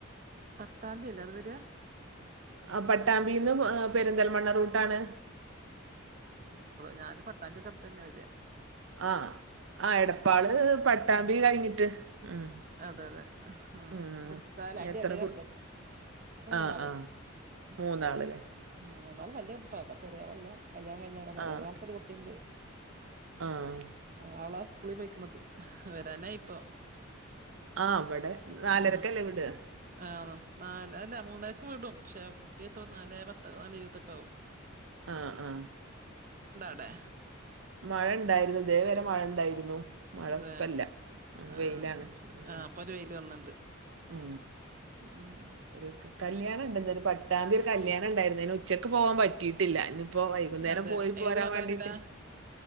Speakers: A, on the right; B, on the right.
A: പട്ടാമ്പി അല്ലേ അത് വരയാ
B: ആ പട്ടാമ്പിന്ന് പെരിന്തൽമണ്ണ റൂട്ടാണ്
A: <unintelligible> ഞാന് പട്ടാമ്പെ അടുത്ത് തന്നെ വരി
B: ആ ആ എടപ്പാള് പട്ടാമ്പി
A: ആ,
B: കഴിഞ്ഞിട്ട് ഉം
A: അതെ അതെ ആ
B: ഉം
A: തൃത്താല അതിന്റെ
B: എത്ര
A: ഇടയിലണ്ട
B: കു
A: മൂന്നാള്
B: ആഹ് ആഹ്
A: ഉം
B: മൂന്നാളല്ലേ
A: ഉം മൂന്നാള് വലിയ ഇല്ല ചെറിയളല്ല കല്യാണം കഴിഞ്ഞളാണ്
B: ആഹ്
A: ഒരു കുട്ടിയുണ്ട്
B: ആഹ്
A: ആ അവള സ്കൂളിൽ പോയിക്കണുന്നത് വരാനാ ഇപ്പൊ
B: ആ ഇവിടെ നാലരക്കല്ലേ
A: ആ
B: വിടാ
A: ആ നല് അല്ല മൂന്നാഴ് വിടും പക്ഷെ കുട്ടിയത്തെ നാലേ പത്ത നാല ഇരുപത്തൊക്കെ ആകും
B: ആ ആ
A: അവിടെ
B: മഴ ഉണ്ടായിരുന്നു ഇതദേവരെ മഴ ഉണ്ടായിരുന്നു. മഴപ്പല്ല
A: അതെ.
B: ഉ
A: ആ
B: വെയിലാണ്
A: ശരി.
B: ഉ
A: ആ ഇപ്പൊ ഒരു വെയില് വന്ന്ണ്ട്.
B: ഉ
A: ഉം.
B: ഒരു കല്യാണണ്ട് ഇന്ന് ഒരു പട്ടാംബി ഒരു കല്യാണ ഉണ്ടായിര്ന്ന് അതിന് ഉച്ചക്ക് പോകാൻ പറ്റ പറ്റിയിട്ടില്ല ഇനിയിപ്പോ വൈകുന്നേരം
A: അതെ.
B: പോയി പോരാൻ
A: ഏത് മണ്ഡപത്തിലാ?
B: വാണ്ടിട്ട്.